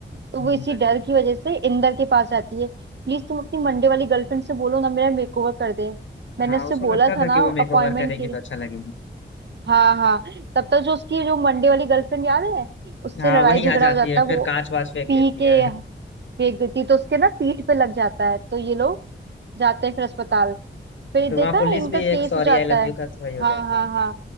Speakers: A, on the right; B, on the left.
A: तो वो
B: हम्म,
A: इसी
B: वही।
A: डर की वजह से इंदर के पास जाती है प्लीज तुम अपनी मंडे वाली गर्लफ्रेंड से बोलो ना मेरा मेकओवर कर दे मैंने
B: हाँ
A: उससे
B: उसको
A: बोला
B: लगता
A: था
B: था
A: ना
B: कि वो
A: अपॉइंटमेंट
B: मेकओवर करेगी
A: के लिए
B: तो अच्छा लगेगी
A: हाँ हाँ तब तक जो उसकी जो मंडे वाली गर्लफ्रेंड याद है उससे
B: हाँ
A: लड़ाई
B: वही
A: झगड़ा
B: आ जाती
A: हो जाता
B: है
A: है
B: फिर
A: वो
B: कांच वाच फेंक
A: पी
B: देती
A: के
B: है
A: फेंक देती है, तो उसके ना पीठ पे लग जाता है तो ये लोग जाते हैं फिर अस्पताल फिर
B: फिर
A: देखा
B: वहाँ पुलिस
A: है इनका
B: भी
A: केस
B: एक सॉरी
A: हो जाता
B: आई लव
A: है
B: यू का वही हो
A: हाँ
B: जाता
A: हाँ
B: है
A: हाँ